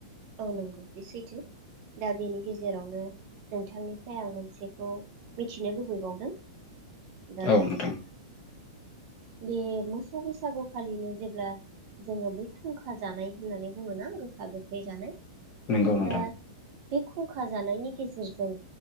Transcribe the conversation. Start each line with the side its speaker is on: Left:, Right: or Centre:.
Right: औ नंगौ बे सैथो दा बेनि गेजेरावनो नोंथांनिफ्राय आं मोनसेखौ मिथिनो लुबैबावदों। दा
Left: औ नोंथां
Right: बे मोसौ बैसागुखालिनो जेब्ला जोङो बै फुंखा जानाय होननानै बुङोना गोखा गोखै जानाय
Left: नोंगौ नोंथां।
Right: दा बे खुंखा जानायनि गेजेरजों